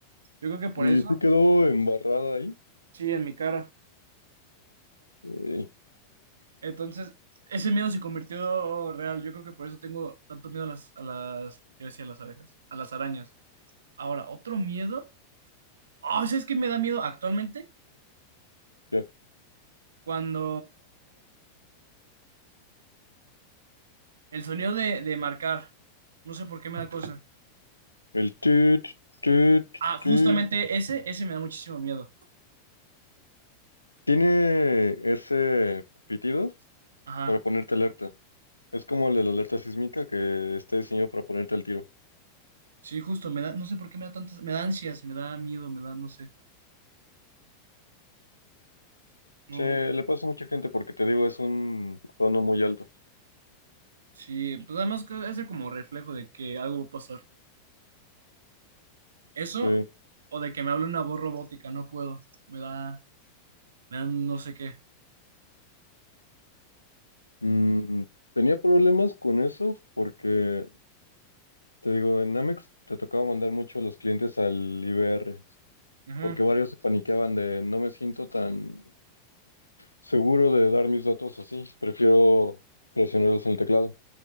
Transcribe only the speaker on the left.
Y
se quedó embarrada ahí.
Eh,
ya.
El tut, tut,
tut.
Tiene ese pitido
para ponerte alerta. Es como el de la alerta sísmica que está diseñado para ponerte al tiro.
Se le pasa a mucha gente porque te digo, es un tono muy alto.
Sí.
Mm, tenía problemas con eso porque Te digo, en Amex te tocaba mandar mucho a los clientes al IBR,
porque varios se paniqueaban de no me siento tan seguro de dar mis datos así, prefiero presionarlos en el teclado.